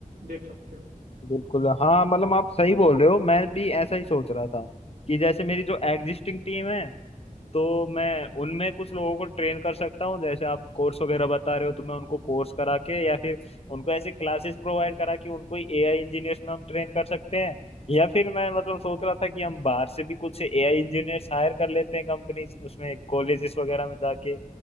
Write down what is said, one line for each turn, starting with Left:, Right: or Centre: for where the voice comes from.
Right: देख सकते हो
Left: बिल्कुल हाँ मतलब आप सही बोल रहे हो मैं भी ऐसा ही सोच रहा था कि जैसे मेरी जो एग्जिस्टिंग टीम है तो मैं उनमें कुछ लोगों को ट्रेन कर सकता हूँ जैसे आप कोर्स वगैरह बता रहे हो तो मैं उनको कोर्स करा के या फिर उनको ऐसे क्लासेस प्रोवाइड करा कि उनको एआई इंजीनियर्स में हम ट्रेन कर सकते हैं या फिर मैं मतलब सोच रहा था कि हम बाहर से भी कुछ एआई इंजीनियर्स हायर कर लेते हैं कंपनी उसमें कॉलेजेस वगैरह में जाके